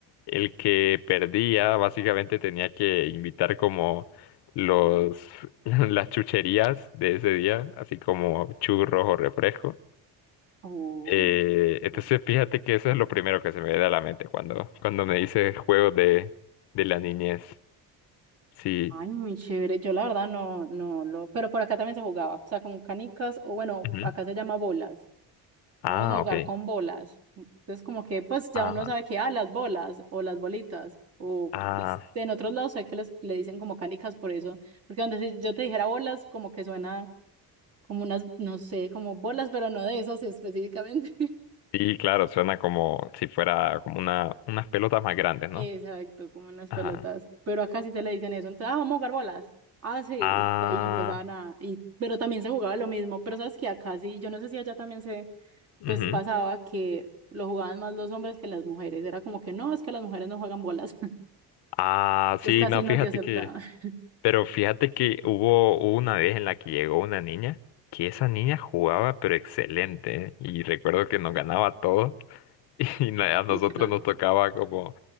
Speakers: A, on the left; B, on the right.
A: el que perdía básicamente tenía que invitar como los <laughs> las chucherías de ese día, así como churros o refresco.
B: Oh,
A: Eh,
B: ok.
A: entonces fíjate que eso es lo primero que se me viene a la mente cuando, cuando me dice juegos de, de la niñez. Sí.
B: Ay, muy chévere. Yo la verdad no, no lo, pero por acá también se jugaba, o sea, con canicas, o bueno,
A: Ujú.
B: acá se llama bolas.
A: Ah,
B: Vamos a jugar
A: ok.
B: con bolas. Entonces, como que, pues ya
A: Ah,
B: uno sabe que, ah, las bolas o las bolitas, o
A: ah,
B: pues, en otros lados sé que les, le dicen como canicas por eso, porque donde si yo te dijera bolas, como que suena como unas, no sé, como bolas, pero no de esas específicamente.
A: sí, claro, suena como si fuera como una, unas pelotas más grandes, ¿no?
B: Exacto, como en las
A: Ajá.
B: pelotas. Pero acá sí se le dicen eso. Entonces, ah, vamos a jugar bolas. Ah, sí.
A: Ah,
B: Y empezaban a. Y, pero también se jugaba lo mismo. Pero sabes que acá sí, yo no sé si allá también se,
A: ujú.
B: pues pasaba que lo jugaban más los hombres que las mujeres. Era como que no, es que las mujeres no juegan bolas. <laughs>
A: Ah,
B: Entonces
A: sí,
B: casi
A: no,
B: no
A: fíjate
B: te aceptaban.
A: que,
B: <laughs>
A: pero fíjate que hubo hubo una vez en la que llegó una niña, que esa niña jugaba pero excelente, ¿eh? y recuerdo que nos ganaba todo, <laughs> Y na- a nosotros
B: Me encanta.
A: nos tocaba como,